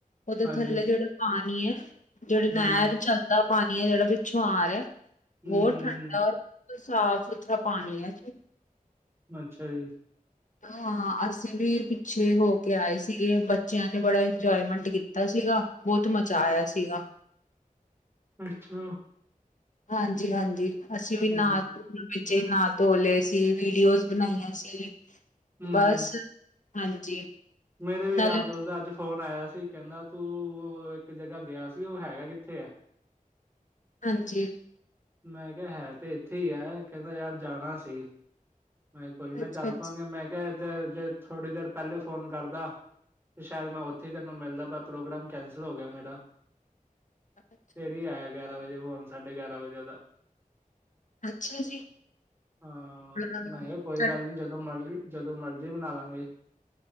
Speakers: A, on the left; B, on the right.
A: ਉਹਦੇ
B: ਹਾਂਜੀ
A: ਥੱਲੇ ਜਿਹੜੇ ਪਾਣੀ ਹੈ। ਜਿਹੜੇ
B: ਹਮ
A: ਨਹਿਰ ਚੱਲਦਾ ਪਾਣੀ ਹੈ ਜਿਹੜਾ ਪਿੱਛੋਂ ਆ ਰਿਹਾ।
B: ਹਮ
A: ਬਹੁਤ
B: ਹਮ
A: ਠੰਡਾ
B: ਹਮ
A: ਰ ਸਾਫ- ਸੁਥਰਾ ਪਾਣੀ ਆ ਐ
B: ਅੱਛਾ ਜੀ।
A: ਹਾਂ। ਅਸੀਂ ਵੀ ਪਿੱਛੇ ਹੋ ਕੇ ਆਏ ਸੀਗੇ। ਬੱਚਿਆਂ ਨੇ ਬੜਾ ਇੰਜੋਏਮੈਂਟ ਕੀਤਾ ਸੀਗਾ। ਬਹੁਤ ਮਜ਼ਾ
B: ਅੱਛਾ
A: ਆਇਆ ਸੀਗਾ।
B: ਅੱਛਾ।
A: ਹਾਂਜੀ-ਹਾਂਜੀ ਅਸੀਂ ਵੀ ਨਾ
B: ਹਮ
A: ਬੱਚੇ ਨਹਾ ਧੋ ਲਏ ਸੀ। ਵੀਡੀਓਜ਼ ਬਣਾਈਆਂ ਸੀ
B: ਹਮ
A: ।ਬਸ ਹਾਂਜੀ।
B: ਮੇਰੇ ਵੀ
A: ਨਾਲੇ
B: ਯਾਰ ਦੋਸਤ ਦਾ ਅੱਜ ਫੋਨ ਆਇਆ ਸੀ। ਕਹਿੰਦਾ ਤੂੰ ਉਹ ਇੱਕ ਜਗ੍ਹਾ ਗਿਆ ਸੀ ਉਹ ਹੈਗਾ ਕਿੱਥੇ ਹੈ।
A: ਹਾਂਜੀ।
B: ਮੈਂ ਕਿਹਾ ਹੈ ਤੇ ਇੱਥੇ ਹੀ ਹੈ। ਕਹਿੰਦਾ ਯਾਰ ਜਾਣਾ ਸੀ। ਮੈਂ ਕੋਈ
A: ਅੱਛਾ
B: ਨਾ ਚੱਲ
A: ਅੱਛਾ
B: ਪਾਂਗੇ। ਮੈਂ ਕਿਹਾ ਜੇ ਥੋੜ੍ਹੀ ਦੇਰ ਪਹਿਲੇ ਫੋਨ ਕਰਦਾ ਤੇ ਸ਼ਾਇਦ ਮੈਂ ਉੱਥੇ ਤੈਨੂੰ ਮਿਲਦਾ ਪਰ ਪ੍ਰੋਗਰਾਮ ਕੈਂਸਲ ਹੋ ਗਿਆ ਮੇਰਾ
A: ਅੱਛਾ।
B: ਸਵੇਰੇ ਆਇਆ। ਗਿਆਰਾਂ ਵਜੇ ਫੋਨ ਸਾਢੇ ਗਿਆਰਾਂ ਵਜੇ ਉਹਦਾ
A: ਅੱਛਾ ਜੀ,
B: ਹਾਂ।
A: ਹਾਂ
B: ਮੈਂ ਕਿਹਾ ਕੋਈ ਗੱਲ ਨਹੀਂ ਜਦੋਂ ਮਰਜ਼ੀ ਜਦੋਂ ਮਰਜ਼ੀ ਬਣਾ ਲਾਂਗੇ।